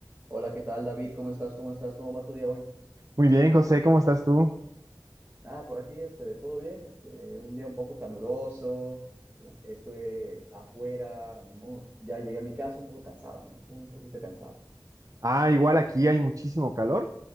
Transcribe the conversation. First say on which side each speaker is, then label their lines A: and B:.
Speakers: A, on the right (about 20°); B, on the right (about 50°).
A: Hola, ¿qué tal, David? ¿Cómo estás? ¿Cómo estás? ¿Cómo va tu día hoy?
B: Muy bien, José, ¿cómo estás tú?
A: Ah, por aquí, este, todo bien, este, un día un poco caluroso, es- estuve afuera, ¿no? Ya llegué a mi casa un poco cansado, ¿no? Un po- un poquito cansado.
B: Ah, igual aquí hay muchísimo calor,